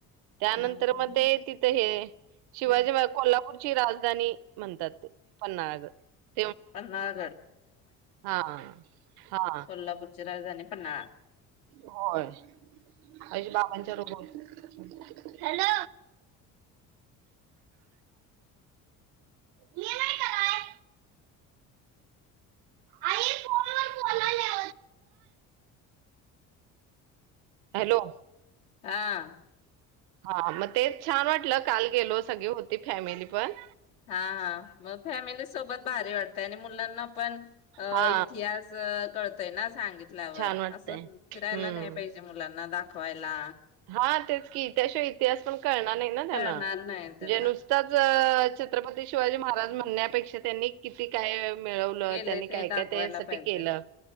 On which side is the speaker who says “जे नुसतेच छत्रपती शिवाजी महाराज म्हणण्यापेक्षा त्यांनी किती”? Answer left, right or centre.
Right